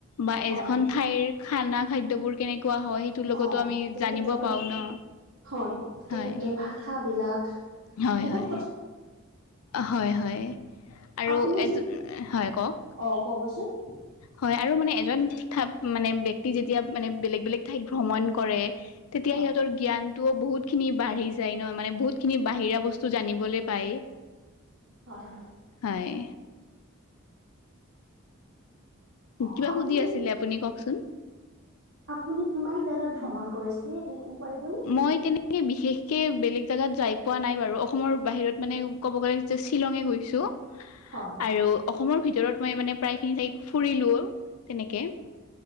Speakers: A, on the left (about 85°); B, on the right (about 80°).
A: বা
B: হয়
A: এখন
B: হয়
A: ঠাইৰ খানা খাদ্যবোৰ কেনেকুৱা হয়, তোৰ লগতো
B: অ
A: আমি
B: তেখেতৰ
A: জানিব পাওঁ ন
B: হয় তেখেতৰ
A: হয়।
B: কথা বিলাক
A: হয়
B: বহুত
A: হয় হয় হয় আৰু
B: আপুনি
A: এ যে হয় কওক
B: অ ক'বচোন
A: হয় আৰু মানে এজন থাক মানে ব্যক্তি যেতিয়া মানে বেলেগ বেলেগ ঠাইত ভ্ৰমণ কৰে তেতিয়া
B: হয়
A: সিহঁতৰ জ্ঞানটোও বহুত খিনি বাঢ়ি যায় ন মানে বহুত খিনি বাহিৰা বস্তু জানিবলে পায়
B: হয় হয়
A: হয়
B: অ
A: কিবা
B: আপুনি
A: সুধি আছিলে আপুনি কওকচোন
B: আপুনি কিমান জাগাত ভ্ৰমণ কৰিছে এনে ক'ব পাৰিবনে?
A: মই তেনেকে বিশেষকে বেলেগ জাগাত যাই পোৱা নাই বাৰু অসমৰ বাহিৰত মানে ক'ব গ'লে যে শ্বিলঙে গৈছো।
B: হয়
A: আৰু অসমৰ ভিতৰত মই মানে প্ৰায় খিনি ঠাই ফুৰিলোও তেনেকে
B: হয়